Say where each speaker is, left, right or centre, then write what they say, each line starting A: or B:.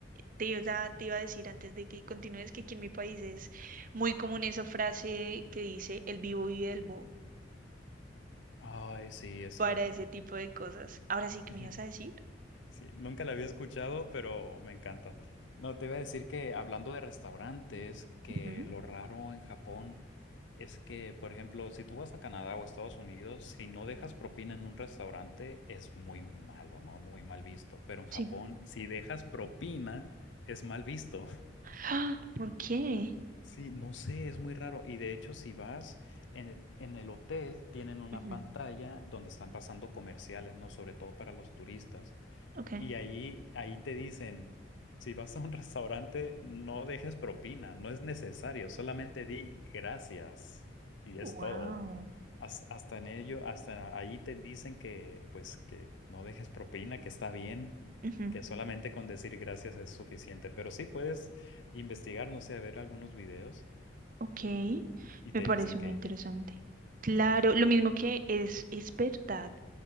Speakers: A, on the right; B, on the left.
A: te iba, te iba a decir antes de que continúes que aquí en mi país es muy común esa frase que dice el vivo vive el bobo
B: Ay, sí, es
A: para
B: cierto.
A: ese tipo de cosas. Ahora sí que
B: <laughs>
A: me ibas a decir.
B: Sí, nunca la había escuchado, pero me encanta. No, te iba a decir que hablando de restaurantes, que
A: Ujú,
B: lo raro en Japón es que, por ejemplo, si tú vas a Canadá o Estados Unidos, si no dejas propina en un restaurante, es muy malo, ¿no? Muy mal visto. Pero en Japón,
A: Sí.
B: si dejas propina, es mal visto. <laughs>
A: ¡Ah! ¿Por qué?
B: Sí, no sé, es muy raro. Y de hecho, si vas en el, en el hotel, tienen una
A: Ujú,
B: pantalla donde están pasando comerciales, ¿no? Sobre todo para los turistas.
A: Ok.
B: Y ahí, ahí te dicen, si vas a un restaurante, no dejes propina, no es necesario, solamente di gracias y es
A: Wow.
B: todo. Has- hasta en ello, hasta ahí te dicen que, pues, que no dejes propina, que está bien,
A: Ujú,
B: que solamente con decir gracias es suficiente. Pero sí puedes investigar, no sé, ver algunos videos
A: Ok.
B: y
A: Me
B: te
A: parece
B: dicen que
A: muy interesante.
B: es,
A: Claro,
B: es.
A: lo mismo que es, es verdad.